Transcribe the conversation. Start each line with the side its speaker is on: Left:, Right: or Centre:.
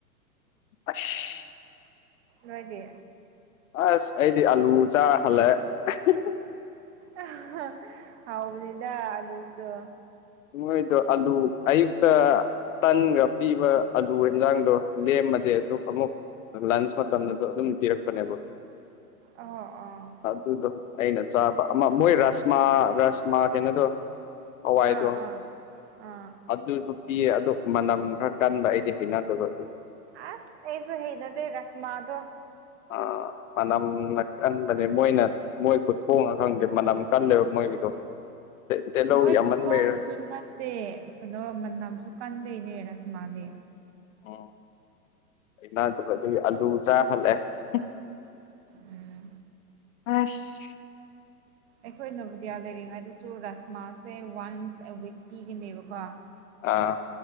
Left: ꯑꯁ꯫
Right: ꯅꯣꯏꯗꯤ꯫
Left: ꯑꯁ ꯑꯩꯗꯤ ꯑꯥꯂꯨ ꯆꯥꯔ ꯍꯜꯂꯛꯑꯦ꯫ <unintelligible>
Right: <unintelligible> ꯍꯥꯎꯕꯅꯤꯗꯥ ꯑꯂꯨꯁꯨ꯫
Left: ꯅꯣꯏꯗꯣ ꯑꯂꯨ ꯑꯌꯨꯛꯇꯥ ꯇꯟꯒ ꯄꯤꯕ ꯑꯂꯨ ꯑꯦꯟꯁꯥꯡꯗꯣ ꯂꯦꯝꯃꯗꯤ ꯑꯗꯨ ꯑꯃꯨꯛ ꯂꯟꯁ ꯃꯇꯝꯗꯁꯨ ꯑꯗꯨꯝ ꯄꯤꯔꯛꯄꯅꯦꯕ꯫
Right: ꯑꯧ ꯑꫭ꯫
Left: ꯑꯗꯨꯗꯣ ꯑꯩꯅ ꯆꯥꯕ ꯑꯃ ꯃꯣꯏ ꯔꯥꯁꯃꯥ ꯔꯥꯁꯃꯥ ꯀꯩꯅꯣꯗꯣ꯫ ꯍꯋꯥꯏꯗꯣ
Right: ꯑꯥ ꯑꯥ ꯑꯥ
Left: ꯑꯗꯨꯁꯨ ꯄꯤꯌꯦ ꯑꯗꯣ ꯃꯅꯝ ꯈꯔ ꯀꯟꯕ ꯑꯩꯗꯤ ꯍꯩꯅꯗꯕꯒꯤ ꯑꯗꯨ
Right: ꯑꯥꯁ ꯑꯩꯁꯨ ꯍꯩꯅꯗꯦ ꯔꯥꯥꯁꯃꯥꯗꯣ
Left: ꯑꯥ ꯃꯅꯝ ꯅ ꯀꯟꯕꯅꯦ ꯃꯣꯏꯅ ꯃꯣꯏ ꯈꯨꯊꯣꯡꯂ ꯈꯪꯗꯦ ꯃꯅꯝ ꯀꯜꯂꯦꯕ ꯃꯣꯏꯒꯤꯗꯣ ꯇꯤ ꯇꯤꯜꯍꯧ
Right: ꯃꯣꯏ
Left: ꯌꯥꯝꯃꯟꯕꯩꯔ
Right: ꯈꯨꯨꯊꯣꯡꯅꯁꯨ ꯅꯠ ꯇꯦ ꯀꯅꯣ ꯃꯅꯝꯁꯨ ꯀꯟꯕꯩꯅꯦ ꯔꯥꯁꯃꯥꯗꯤ
Left: ꯑꯣ ꯍꯩꯅꯗꯕ ꯑꯗꯨꯒꯤ ꯑꯂꯨ ꯆꯥ ꯍꯜꯂꯛꯑꯦ
Right: ꯎꯝ
Left: ꯑꯁ
Right: ꯑꯩꯈꯣꯏ ꯅꯕꯣꯗꯤꯌꯥ ꯂꯩꯔꯤꯉꯩꯗꯁꯨ ꯔꯥꯁꯃꯥꯁꯦ ꯋꯥꯟꯁ ꯑꯦ ꯋꯤꯛ ꯄꯤꯒꯅꯦꯕꯀꯣ
Left: ꯑꯥ